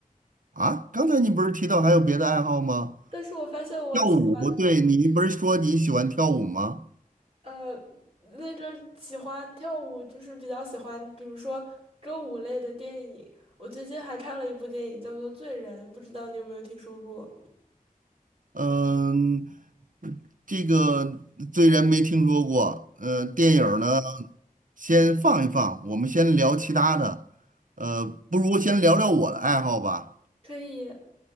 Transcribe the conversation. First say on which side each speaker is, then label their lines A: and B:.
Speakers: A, on the right; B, on the right.
A: 啊？刚才你不是提到还有别的爱好吗？
B: 但是我发现我喜欢
A: 跳舞，对，你不是说你喜欢跳舞吗？
B: 呃，那个喜欢跳舞，就是比较喜欢，比如说歌舞类的电影。我最近还看了一部电影，叫做《罪人》，不知道你有没有听说过？
A: 嗯，这个虽然没听说过，呃，电影儿呢，先放一放，我们先聊其他的，呃，不如先聊聊我的爱好吧。
B: 可以，我